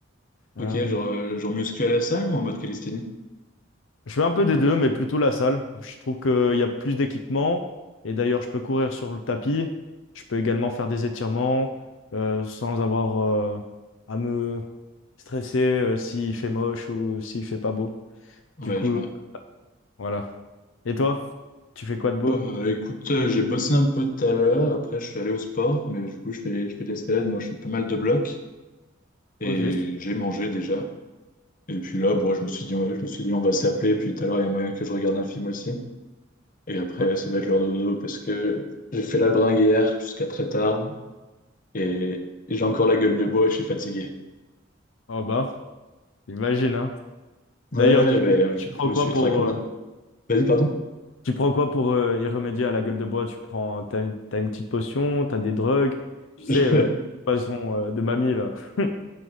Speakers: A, on the left; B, on the left.
A: Euh,
B: Ok, genre, euh, genre muscu à la salle ou en mode calisthénie?
A: Je fais un peu des deux, mais plutôt la salle. Je trouve qu'il y a plus d'équipements. Et d'ailleurs, je peux courir sur le tapis. Je peux également faire des étirements euh, sans avoir euh, à me stresser euh, s'il fait moche ou s'il fait pas beau.
B: Ouais,
A: Du coup,
B: je vois.
A: voilà. Et toi, tu fais quoi de beau?
B: Bah euh, écoute, euh, j'ai bossé un peu tout à l'heure, après je suis allé au sport, mais du coup je fais, je fais de l'escalade, moi je fais pas mal de blocs, et
A: Ok. c'est-
B: j'ai mangé déjà. Et puis là, bon, je me suis dit, ouais, je me suis dit on va s'appeler, puis tout à l'heure il y a moyen que je regarde un film aussi. Et après
A: Oh,
B: ça va être l'heure de dodo, parce que j'ai fait la bringue hier jusqu'à très tard, et, et j'ai encore la gueule de bois et je suis fatigué.
A: oh bah, j'imagine, hein.
B: Ouais,
A: D'ailleurs,
B: ouais,
A: tu,
B: mais
A: tu prends
B: je me
A: quoi
B: suis
A: pour,
B: traqué, Vas-y, pardon?
A: Tu prends quoi pour euh, y remédier à la gueule de bois? Tu prends, t'as une, t'as une petite potion, t'as des drogues, tu
B: Je-
A: sais, euh, qui façon euh, de mamie là. <laughs>